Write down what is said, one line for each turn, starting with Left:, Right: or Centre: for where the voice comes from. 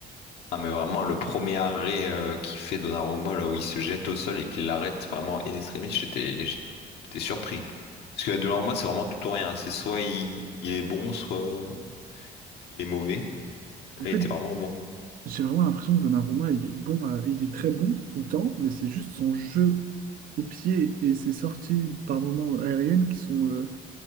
Left: Ah, mais vraiment, le premier arrêt euh, qu'il fait Donnarumma, là où il se jette au sol et qu'il l'arrête vraiment in extremis, j'étais j'étais surpris. Parce que Donnarumma, c'est vraiment tout ou rien. C'est soit il, il est bon, soit il est mauvais. Là,
Right: En fait
Left: il était vraiment bon.
Right: J'ai vraiment l'impression que Donnarumma, il est bon, à- il est très bon tout le temps, mais c'est juste son jeu au pied et ses sorties par moments aériennes qui sont euh,